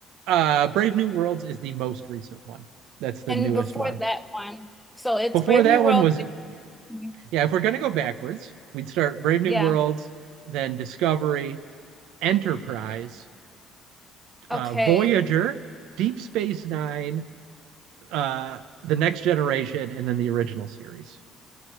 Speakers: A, on the right (about 85°); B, in the centre.
A: uh, Brave New Worlds is the most recent one. That's the
B: And
A: newest
B: before
A: one.
B: that one, so it's
A: Before
B: Brave
A: that
B: New World.
A: one was
B: Mhm.
A: yeah. If we're gonna go backwards, we'd start Brave New
B: Yeah.
A: Worlds, then Discovery, Enterprise, uh,
B: Okay.
A: Voyager, Deep Space Nine, uh, the next generation and then the original series.